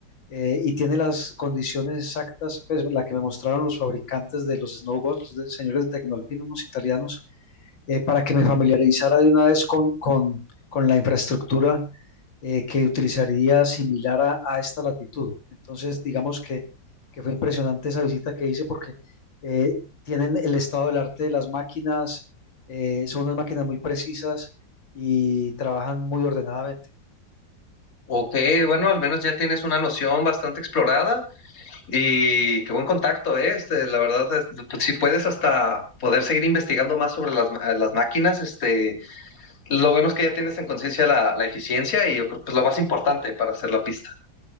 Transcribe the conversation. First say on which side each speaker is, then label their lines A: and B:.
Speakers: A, on the left; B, on the left.
A: eh, y tiene las condiciones exactas, pues la que me mostraron los fabricantes de los snowboards, los de- señores de Tecnolpin, unos italianos, eh, para que me familiarizara de una vez con, con, con la infraestructura eh, que utilizaría similar a, a, esta latitud. Entonces, digamos que, que, fue impresionante esa visita que hice porque eh, tienen el estado del arte de las máquinas, eh, son unas máquinas muy precisas y trabajan muy ordenadamente.
B: Ok, bueno, al menos ya tienes una noción bastante explorada. Y qué buen contacto, ¿eh? Este, la verdad, es- pues, si puedes hasta poder seguir investigando más sobre las, ma- las máquinas, este, lo bueno es que ya tienes en conciencia la, la eficiencia y yo creo que es lo más importante para hacer la pista.